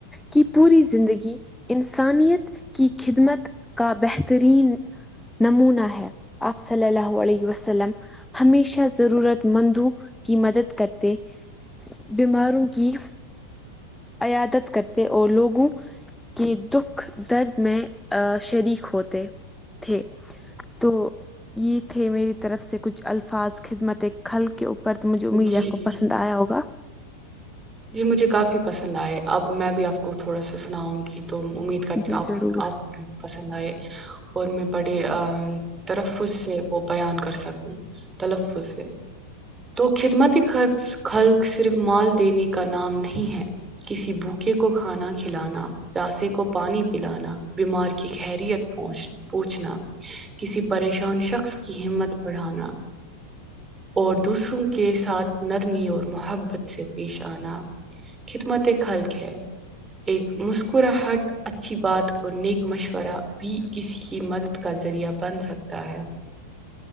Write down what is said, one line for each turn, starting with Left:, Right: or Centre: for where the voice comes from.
Centre: کی پوری زندگی انسانیت کی خدمت کا بہترین نمونہ ہے آپ صلی اللہ علیہ وسلم ہمیشہ ضرورت مندوں کی مدد کرتے بیماروں کی عیادت کرتے اور لوگوں کی دکھ درد میں ا شریک ہوتے تھے تو یہ تھے میری طرف سے کچھ الفاظ خدمت کھل کے اوپر پر تو مجھے امید
Right: جی
Centre: آپ کو
Right: جی
Centre: پسند آیا ہوگا
Right: جی مجھے کافی پسند آئے اب میں بھی آپ کو تھوڑا سا سناؤں گی تو امید کرتی
Centre: جی
Right: آپ
Centre: ضرور
Right: کی آپ کو بھی پسند آئے اور میں بڑے ترف سے وہ بیان کر سکوں تلفظ سے تو خدمتی خرف خلق صرف مال دینے کا نام نہیں ہے کسی بھوکے کو کھانا کھلانا پاسے کو پانی پلانا بیمار کی خیریت پوچھنا پوچھنا کسی پریشان شخص کی ہمت بڑھانا اور دوسروں کے ساتھ نرمی اور محبت سے پیش آنا خدمت ایک حلق ہے ایک مسکراہٹ اچھی بات اور نیک مشورہ بھی کسی کی مدد کا ذریعہ بن سکتا ہے